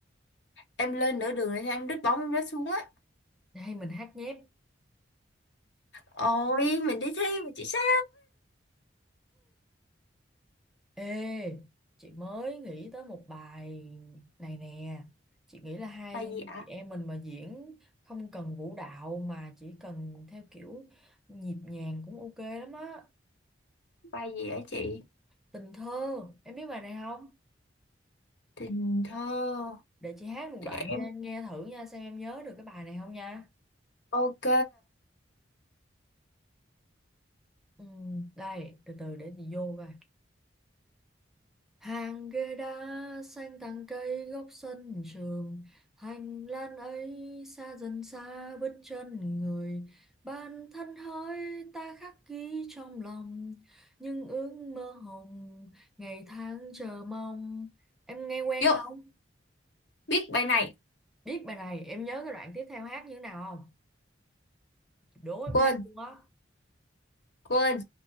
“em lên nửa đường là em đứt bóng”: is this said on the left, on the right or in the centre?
Left